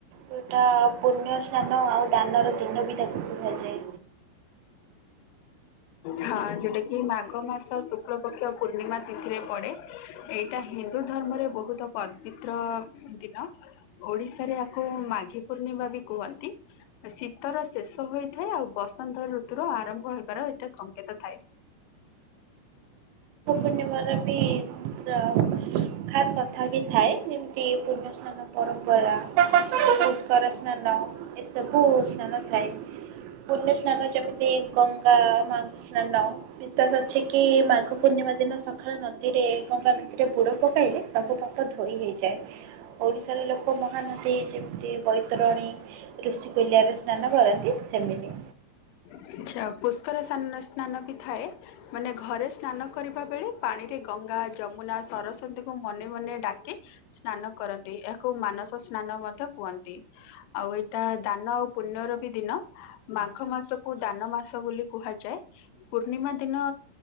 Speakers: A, on the right; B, on the left.
A: ଯୋଉଟା ପୁଣ୍ୟ ସ୍ନାନ ଆଉ ଦାନର ଦିନ ବି ତାକୁ କୁହାଯାଏ।
B: ହଁ ଯୋଉଟା କି ମାଘ ମାସ ଶୁକ୍ଳପକ୍ଷ ପୂର୍ଣ୍ଣିମା ତିଥିରେ ପଡେ, ଏଇଟା ହିନ୍ଦୁ ଧର୍ମରେ ବହୁତ ପବିତ୍ର ଦିନ। ଓଡିଶାରେ ଆକୁ ମାଘି ପୂର୍ଣିମା ବି କୁହନ୍ତି। ଶୀତର ଶେଷ ହୋଇଥାଏ, ଆଉ ବସନ୍ତ ଋତୁର ଆରମ୍ଭ ହେବାର ଏଇଟା ସଂଙ୍କେତ ଥାଏ।
A: ପୂର୍ଣ୍ଣିମାର ବି <unintelligible> ଖାସ୍ କଥା ବି ଥାଏ, ଯେମ ପୁଣ୍ୟ ସ୍ନାନ ପରମ୍ପରା, ପୁଷ୍କରା ସ୍ନାନ ଏସବୁ ସ୍ନାନ ଥାଏ। ପୁଣ୍ୟ ସ୍ନାନ ଯେମିତି, ଗଙ୍ଗା ମାଙ୍କ ସ୍ନାନ ବିଶ୍ଵାସ ଅଛି କି, ମାଘ ପୂର୍ଣ୍ଣିମା ଦିନ ସକାଳେ ନଦୀରେ ଗଙ୍ଗା ନଦୀରେ ବୁଡ଼ ପକାଇଲେ, ସବୁ ପାପ ଧୋଇ ହୋଇଯାଏ। ଓଡ଼ିଶାରେ ଲୋକ ମହାନଦୀ, ଯେମିତି ବୈତରଣୀ ଋଷିକୁଲ୍ୟାରେ ସ୍ନାନ କରନ୍ତି ସେମିତି।
B: ଆଚ୍ଛା ପୁଷ୍କରା ସ୍ନା ସ୍ନାନ ବି ଥାଏ? ମାନେ ଘରେ ସ୍ନାନ କରିବା ବେଳେ ପାଣିରେ ଗଙ୍ଗା, ଯମୁନା, ସରସ୍ୱତୀଙ୍କୁ ମନେ ମନେ ଡାକେ। ସ୍ନାନ କରନ୍ତି, ଏହାକୁ ମାନସ ସ୍ନାନ ମଧ୍ୟ କୁହନ୍ତି। ଆଉ ଏଇଟା ଦାନ ଆଉ ପୁଣ୍ୟର ବି ଦିନ। ମାଘ ମାସ କୁ ଦାନ ମାସ ବୋଲି କୁହାଯାଏ। ପୂର୍ଣ୍ଣିମା ଦିନ